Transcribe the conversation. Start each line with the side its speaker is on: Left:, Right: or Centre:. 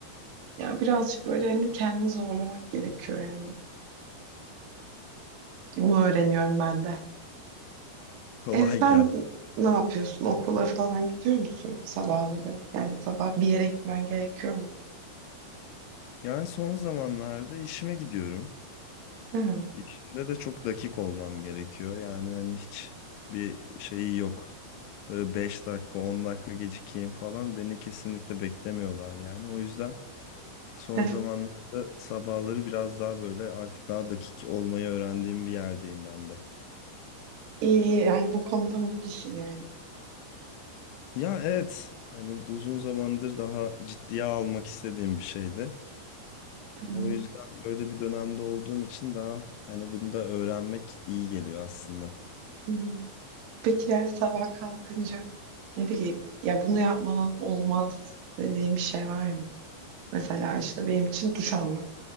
Right: Ya birazcık böyle hani kendini zorlamak gerekiyor yani. Bunu öğreniyorum ben de.
Left: Kolay
Right: E, sen
Left: gel.
Right: ne yapıyorsun? Okula falan gidiyor musun sabahları? Yani sabah bir yere gitmen gerekiyor mu?
Left: Yani son zamanlarda işime gidiyorum.
Right: Hı.
Left: İşimde de çok dakik olmam gerekiyor. Yani hani hiç bir şeyi yok. Böyle 5 dakika 10 dakika gecikeyim falan beni kesinlikle beklemiyorlar yani. O yüzden son
Right: <laughs>
Left: zamanlarda sabahları biraz daha böyle artık daha dakik olmayı öğrendiğim bir yerdeyim ben de.
Right: İyi iyi yani bu konuda mutlusun yani.
Left: Ya evet. Hani uzun zamandır daha ciddiye almak istediğim bir şeydi.
Right: Hı.
Left: O yüzden böyle bir dönemde olduğum için daha hani bunu da öğrenmek iyi geliyor aslında.
Right: Hı. Peki yani sabah kalkınca ne bileyim ya bunu yapmadan olmaz dediğim bir şey var mı? Mesela işte benim için duş almak.